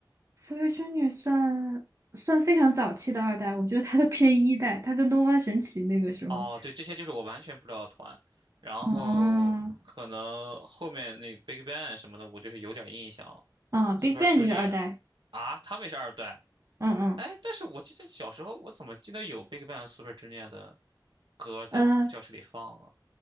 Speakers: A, on the right; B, on the right.
A: Super Junior 算算非常早期的二代，我觉得它都偏一代，它跟东方神起那个时候，
B: 哦，对，这些就是我完全不知道的团，然后可能后面那
A: 哦，
B: Big Bang 什么的，我就是有点印象了。
A: 啊，Big
B: Super
A: Bang
B: Junior
A: 就是二代，
B: 啊，他们也是二段。
A: 嗯嗯，
B: 哎，但是我记得小时候我怎么记得有 Big Bang、Super Junior 的歌在教室里放啊？
A: 呃，